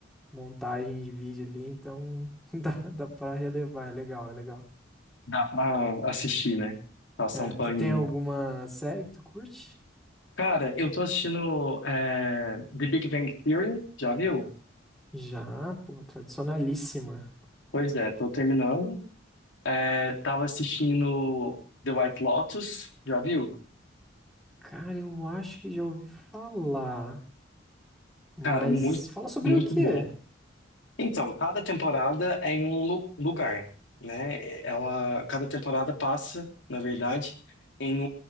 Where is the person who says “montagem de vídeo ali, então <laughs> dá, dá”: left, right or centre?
Centre